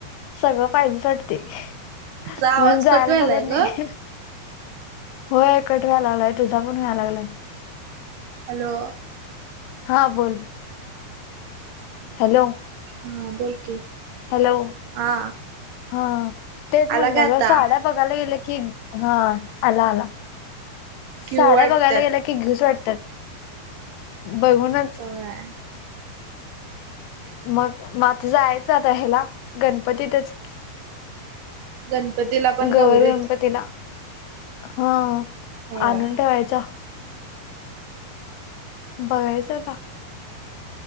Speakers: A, on the left; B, on the right.
A: सगळं पाहिजेच वाटते.
B: तुझा
A: म्हणून
B: आवाज
A: जायला
B: कट व्हायलाय
A: बघत
B: ग
A: नाही. होय कट व्हाय लागलाय तुझा पण व्हायला लागलाय.
B: हॅलो.
A: हा बोल. हॅलो.
B: हा बोल की.
A: हॅलो
B: हा
A: हा तेच म्हणलं
B: आला काय आता
A: ग साड्या हा बघातला गेल की हा आला, आला
B: घेऊ
A: साड्या
B: वाटत्यात
A: बघायला गेल घेऊच वाटतात बघुन
B: होय.
A: मग म आता जायचं आता ह्याला गणपतीतच
B: गणपतीला. पण
A: गौर,
B: गौरीत
A: गणपतीला हा
B: होय
A: आणून ठेवायचा. बघायचं आता.